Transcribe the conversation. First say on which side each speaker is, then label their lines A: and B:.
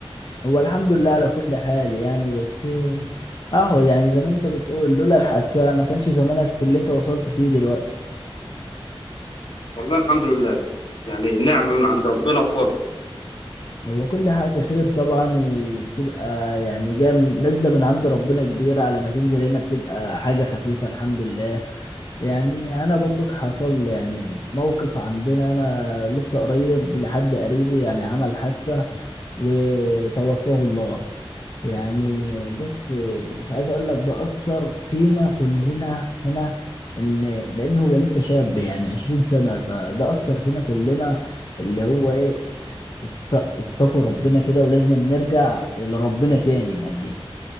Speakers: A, on the left (about 50°); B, on the left (about 65°).
A: هو الحمد لله على كل حال يعني بس أهو يعني زي ما أنت بتقول لولا الحادثة ما كانش زمانك في اللي أنت وصلت فيه دلوقتي
B: والله الحمد لله يعني نعمة من عند ربنا وفضل
A: هو كل حاجة خير طبعا وبتبقى يعني جاية من- نازلة من عند ربنا كبيرة على ما تنزل هنا بتبقى حاجة خفيفة الحمد لله يعني أنا برضو حصل يعني موقف عندنا أنا لسه قريب لحد قريبي يعني عمل حادثة وتوفاه الله يعني بص مش عايز اقول لك ده اثر فينا كلنا هنا ان لان هو لسه شاب يعني 20 سنه فده اثر فينا كلنا اللي هو ايه يعني ات- اتقوا ربنا كده ولازم نرجع لربنا تاني يعني